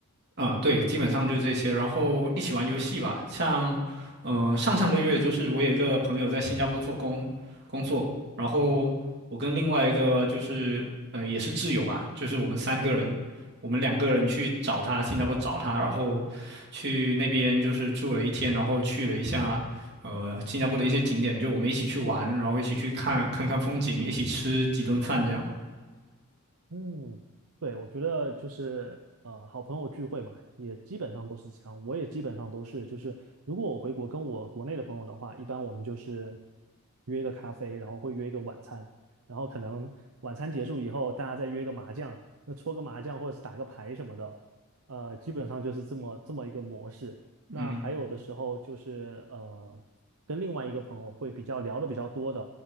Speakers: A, on the right (about 50°); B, on the right (about 75°).
A: 啊，对，基本上就这些，然后一起玩游戏吧。像，呃，上上个月就是我有一个朋友在新加坡做工工作，然后我跟另外一个就是呃也是挚友吧，就是我们三个人，我们两个人去找他，新加坡找他，然后去那边就是住了一天，然后去了一下呃新加坡的一些景点，就我们一起去玩，然后一起去看看看风景，一起吃几顿饭这样。
B: 嗯，对，我觉得就是呃，好朋友聚会嘛，也基本上都是这样。我也基本上都是，就是如果我回国跟我国内的朋友的话，一般我们就是约一个咖啡，然后会约一个晚餐，然后可能晚餐结束以后，大家再约一个麻将，那搓个麻将或者是打个牌什么的，呃，基本上就是这么这么一个模式。
A: 嗯
B: 那还有的时候就是呃，跟另外一个朋友会比较聊的比较多的。